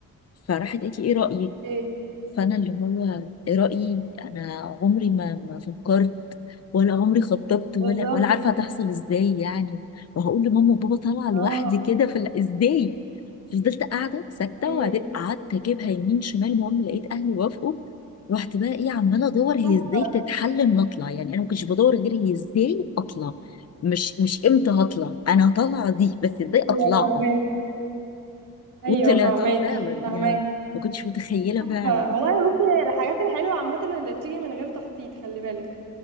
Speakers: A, on the left; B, on the right.
A: فراحت قالت لي ايه رايك
B: اوكي
A: فانا اللي هو رايي انا عمري ما ما فكرت ولا عمري خططت
B: بالظبط
A: ولا ولا عارفه هتحصل ازاي يعني وهقول لماما وبابا طالعه
B: اه
A: لوحدي كده في ال- ازاي فضلت قاعده ساكته
B: ايوه
A: وبعدين قعدت اجيبها يمين شمال المهم لقيت اهلي وافقوا رحت بقى ايه عماله ادور هي
B: صح
A: ازاي تتحل ان اطلع يعني انا ما كنتش بدور غير هي ازاي اطلع مش مش امتى هطلع انا طالعه دي بس ازاي
B: ايوه
A: اطلعها
B: فهمك ايوه
A: وطلعتها
B: فهماكي
A: فعلا
B: فهماكي
A: يعني ما كنتش متخيله
B: تحفه
A: فعلا
B: والله بصي الحاجات الحلوه عامه اللي بتيجي من غير تخطيط خلي بالك